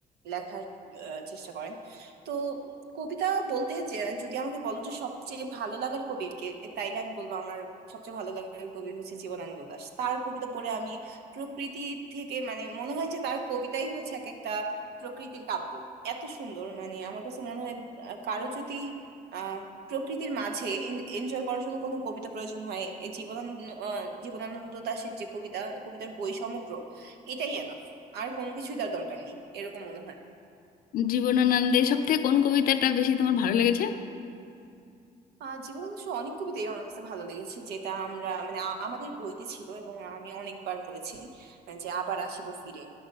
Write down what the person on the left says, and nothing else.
জীবনানন্দের সব থেকে কোন কবিতাটা বেশি তোমার ভালো লেগেছে